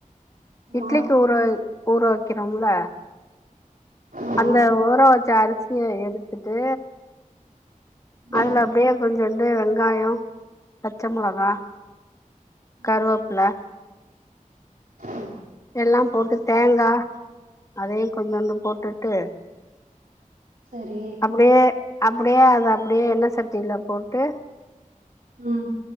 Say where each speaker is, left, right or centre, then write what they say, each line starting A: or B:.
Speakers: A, on the right; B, on the left.
A: ஆமா
B: இட்லிக்கு ஊறவ் ஊற வக்கிறோம்ல
A: ஆமா
B: அந்த ஊற வச்ச அரிசிய எடுத்துட்டு
A: ம்
B: அதுல அப்டியே கொஞ்சுண்டு வெங்காயோ பச்ச முளகா
A: ம்
B: கருவப்புல
A: ம் ம்
B: எல்லா போட்டு தேங்கா அதையு கொஞ்சோண்டு போட்டுட்டு
A: சரி
B: அப்புடியே அப்புடியே அது அப்புடியே எண்ண சட்டில போட்டு
A: ம்